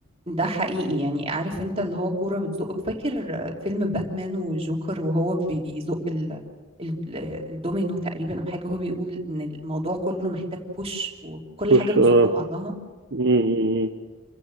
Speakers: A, on the right; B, on the right.
A: ده حقيقي يعني عارف انت اللي هو كورة بتزقك فاكر فيلم باتمان وجوكر وهو بيزق ال... ال... الدومينو تقريبا او حاجة هو بيقول ان الموضوع كله محتاج بوش وكل
B: مش
A: حاجة بتزق
B: آه،
A: بعضها
B: م- م- م.